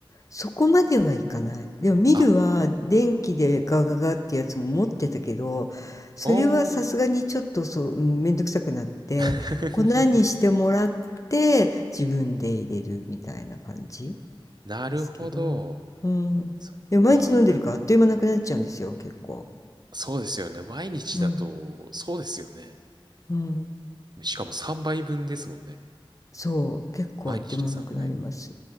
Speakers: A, on the left; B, on the right.
A: そこまではいかない。でもミルは電気でガガガってやつも持ってたけど、
B: あ、
A: それはさすがにちょっとそう、
B: おー。
A: うん、めんどくさくなって、
B: <laughs>
A: 粉にしてもらって自分で入れるみたいな感じ
B: なるほど。
A: ですけど。うん。
B: そっか。
A: でも毎日飲んでるからあっという間なくなっちゃうんですよ、結構。
B: そうですよね。毎日だと、
A: うん。
B: そうですよね。
A: うん、
B: しかも3倍分ですもんね。
A: そう、結構あっという間なくなります。
B: 毎日で3倍分。